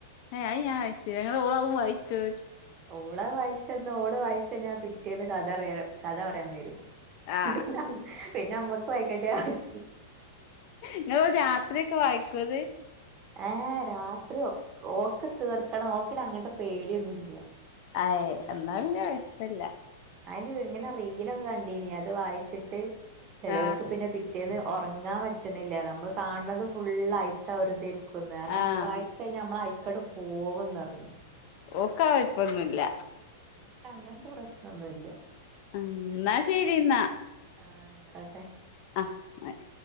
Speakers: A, on the left (about 50°); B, on the right (about 30°).
A: ഏ അഅ് ഞാൻ വായിച്ചീല്ല. ഇങളെ ഓളവും വായിച്ചോ?
B: ഓളത് വായിച്ചന്ന് ഓള് വായിച്ചയ്ഞ്ഞാ പിറ്റേന്ന് കഥ അറിയ കഥ പറയാൻ വരും.
A: ആഹ്
B: പിന്നെ പിന്നെ അമ്മക്ക് വായിക്കേണ്ട ആവശ്
A: ഇങള് രാത്രിയൊക്കെ വായിക്കൊത്?
B: ഏ രാത്രി ഒ ഓക്ക് തീർക്കണം ഓക്ക് പിന്നങ്ങൻത്തെ പേടിയൊന്നുല്ല.
A: അയ് എന്നാപ്പിന്നെ കൊയ്പല്ല.
B: അയ്ന് ഇങ്ങനെ റീലൊക്കെ കണ്ടീനി അത് വായിച്ചിട്ട്, ചേലോൽക്
A: ആഹ്
B: പിന്നെ പേ പിറ്റേന്ന് ഒറങ്ങാൻ പറ്റണില്ലേലോ, നമ്മള് കാണുന്നത് ഫുളളയിത്തെ ഒരിതായ്രിക്കും. <unintelligible>
A: ആഹ്
B: വായിച്ചയ്ഞ്ഞ നമ്മളയിക്കട് പോവുംന്നർഞ്ഞ്
A: ഓക്കത് കൊയ്പ്പൊന്നുല്ല.
B: ക്കങ്ങൻത്തെ പ്രശ്നൊന്നുല്ല.
A: എന്നാ ശരി എന്നാ.
B: ആ ആയിക്കോട്ടെ.
A: അ <unintelligible>